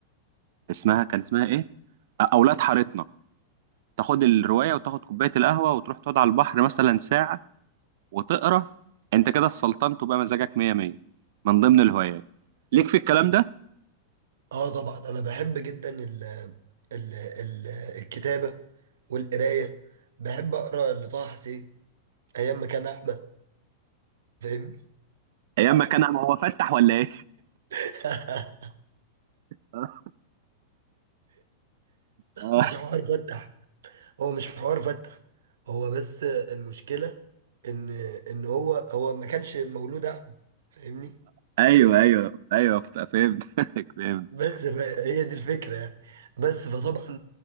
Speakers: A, on the right (about 65°); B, on the right (about 80°).
A: اسمها كان اسمها ايه آه، اولاد حارتنا تاخد الروايه وتاخد كوبايه القهوه وتروح تقعد على البحر مثلا ساعه وتقرا انت كده السلطنت وبقى مزاجك مية مية من ضمن الهوايات ليك في الكلام ده
B: اه طبعا انا بحب جدا ال... ال... ال... الكتابة والقراية بحب اقرا لطه حسين ايام ما كان احمد فاهمني
A: ايام ما كان هو فتح ولا ايه
B: <laughs>
A: <laughs> آه،
B: مش عارف افتح هو مش حوار فتح هو بس المشكلة ان ان هو هو ما كانش مولود اعمى فاهمني
A: ايوه ايوه ايوه فت- فهمتك <laughs> فهمت
B: بس ف- هي دي الفكرة يعني بس فطبعا